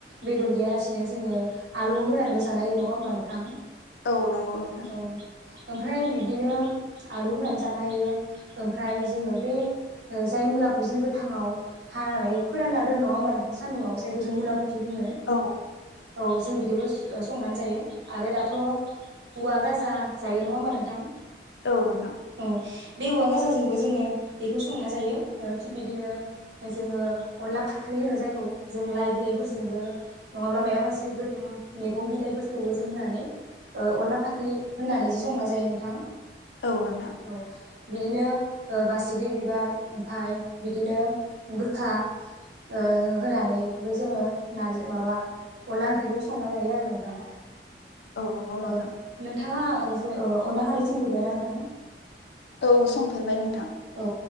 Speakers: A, on the right; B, on the left.
A: बेदर गैयालासिनो जोङो आलु होनानैबो जानाय हायो नङा होमबा नोंथां।
B: औ नंगौ नोंथां।
A: औ ओमफ्राय बिब्दिनो आलु होनानै जानो हायो ओमफ्राय जोङो बे जाय मुलाखौ जों गोथाङाव हानानै फोरानना दोनो नङा होमबा नोंथां सान्दुंङाव जायखौ जों मुलाखौ बिदि बुङो।
B: औ
A: औ जों बिदिबो संनानै जायो आरो दाथ' औवा गाजा जायो नङा होमबा नोंथां।
B: औ नोंथां।
A: औ बे औवा गाजोंबो जोङो बेखौ संना जायो थिग बिदिनो जोङो अनला फाख्रि होनो जायखौ जों लाइ बिलाइफोर जोंबो नङाब्ला माबा मोनसे गोथां मैगं बिलाइफोरखौबो जों होननानै ओ अनला फाख्रि होननानै ज संना जायो नोंथां।
B: औ नोंथां
A: औ। बिदिनो बासिग्रि बिबार ओमफाय बिदिनो गोखा ओ होनानैबो जोङो नारजि माबा अनला ओंख्रिखौ संना जायो आरो नोंथां।
B: औ नंगौ नोंथां
A: ओ नोंथाङा अ अनल्दाखारि संफेरबाय ना नोंथां।
B: औ संफेरबाय नोंथां।
A: औ